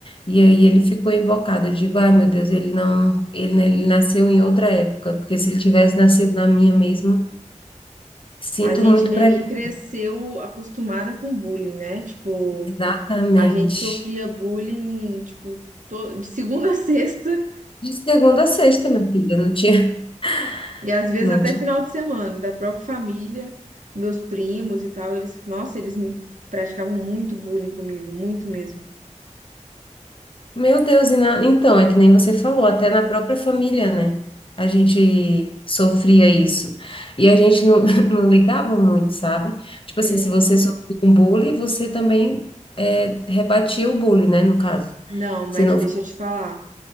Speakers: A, on the left; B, on the right.
A: E aí ele ficou invocado, eu digo, ai meu Deus, ele não, ele, né, ele nasceu em outra época, porque se ele tivesse nascido na minha mesmo, sinto
B: A gente
A: muito
B: meio
A: para ele.
B: que cresceu acostumada com bullying, né? Tipo,
A: Exatamente.
B: a gente sofria bullying, tipo, to- de segunda a sexta
A: De segunda a sexta, minha filha, não tinha.
B: e
A: <laughs>
B: às vezes
A: não
B: até final de semana, da própria família, meus primos e tal, eles, nossa, eles me praticavam muito bullying comigo, muito mesmo.
A: Meu Deus, e na- então, é que nem você falou, até na própria família, né? A gente sofria isso. E a gente não, <laughs> não ligava muito, sabe? Tipo
B: É,
A: assim, se você sofria um bullying, você também é, rebatia o bullying, né? No caso.
B: não, mas
A: Você não.
B: deixa eu te falar,